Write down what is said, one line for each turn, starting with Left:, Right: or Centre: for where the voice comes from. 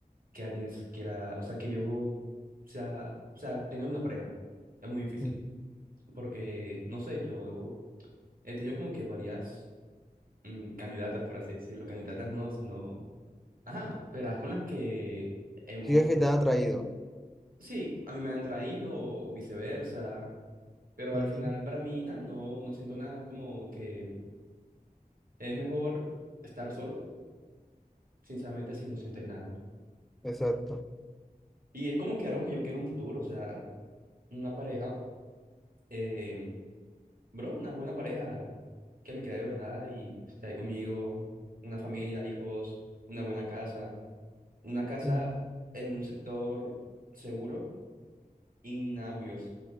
Right: que alguien s- quiera, o sea, que yo sea, o sea, tener una pareja es muy difícil,
Centre: Mm,
Right: porque, no sé, yo he tenido como que varias mm, candidatas, por así decirlo, candidatas no, sino, ajá, verás, con las que hemos
Centre: Sí, es que te ha atraído.
Right: Sí, a mí me han traído o viceversa, pero
Centre: Ujú,
Right: al final para mí nada, no, no siento nada, es como que es mejor estar solo, sinceramente, si no sientes nada.
Centre: Exacto.
Right: Y es como que algo que yo quiero en un futuro, o sea, una pareja, eh, bro, una buena pareja que me quiera de verdad y esté ahí conmigo, una familia, hijos, una buena casa, una casa
Centre: En-
Right: en un sector seguro y nada bulloso.